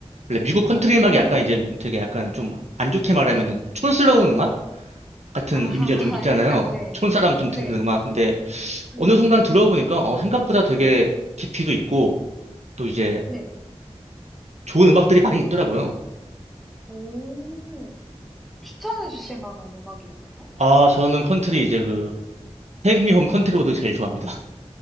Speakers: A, on the right (about 75°); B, in the centre.
A: 원래 미국 컨트리
B: 어.
A: 음악이 약간 이제 뭐 되게 약간 좀 안 좋게 말하면은
B: 네.
A: 촌스러운 음악 같은
B: 아하,
A: 이미지가 좀 있잖아요.
B: <laughs> 약간, 네.
A: 촌사람 좀
B: 네.
A: 듣는 음악. 근데
B: 음,
A: 어느 순간 들어보니까 어, 생각보다 되게 깊이도 있고 또 이제
B: 네.
A: 좋은 음악들이 많이 있더라고요.
B: 오, 추천해 주실 만한 음악이 있나요?
A: 아, 저는 컨트리 이제 그 테이크 미홈 컨트리 로드 제일 좋아합니다.